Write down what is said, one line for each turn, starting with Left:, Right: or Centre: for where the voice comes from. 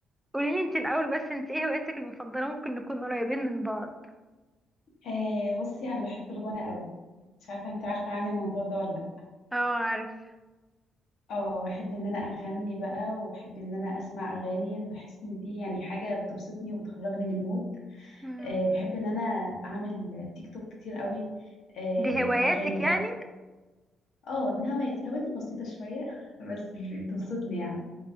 Centre: قوليلي انتي الاول بس انتي ايه هواياتك المفضلة ممكن نكون قريبين من بعض
Left: آه بصي انا بحب الغنى قوي مش عارفه انت عارفه عن الموضوع ده ولا لا
Centre: اه عارف
Left: اه بحب ان انا اغني بقى وبحب ان انا اسمع اغاني بحس ان دي يعني حاجه بتبسطني وبتخرجني من المود
Centre: مم.
Left: آه بحب ان انا اعمل تيك توك كتير قوي آه
Centre: دي هواياتك
Left: باغاني
Centre: يعني
Left: بقى اه من هواياتي هواياتي بسيطه شويه <laughs> بس بتبسطني يعني